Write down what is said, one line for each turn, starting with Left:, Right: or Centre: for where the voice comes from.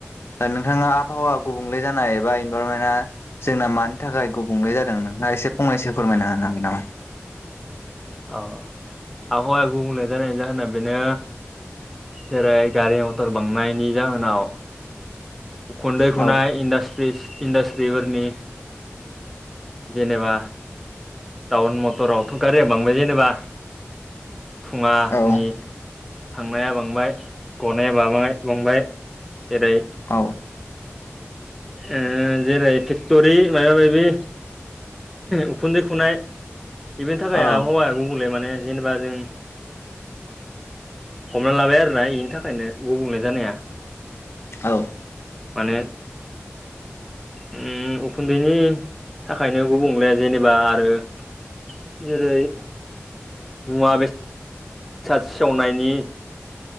Left: नोंथाङा आबहावा गुबुंले जानाय एबा इनभारमेन्टा जोंना मानि थाखाय गुबुंले जादों नोंहा एसे फंनैसो फोरमायना होनो हागोन नामा?
Centre: अ आबहावाया गुबुंले जानायनि जाहोना बेनो जेरै गारि मथर बांनायनायनि जाहोनाव खुन्दै
Left: औ
Centre: खुनाय इास्ट्रि इन्डास्ट्रिफोरनि जेनेबा टाउन मटरावथ' गारि बांद्राय जेनेबा फुङानि
Left: औ
Centre: थांनाया बांबाय गनाया बांबाय जेरै
Left: औ
Centre: ओ जेरै फेक्ट'रि मायबा माबि उखुन्दै खुनाय बेफोरनि थाखाय
Left: औ
Centre: आबहावाया गुबले माने जेनेबा जों हमना लाबाय आरो। फ्राय बेनि थाखायनो गुबुंले जानाया।
Left: औ।
Centre: माने उम उखुन्दैनि थाखायनो गुबुंले जेनेबा आरो जेरै मुवा बेसाद बेसाद सेवनायनि